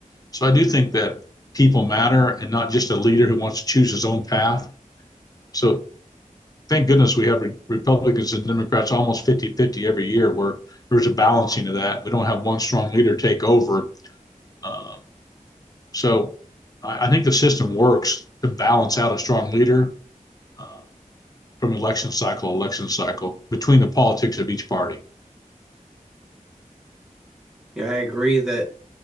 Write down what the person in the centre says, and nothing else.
Yeah, I agree that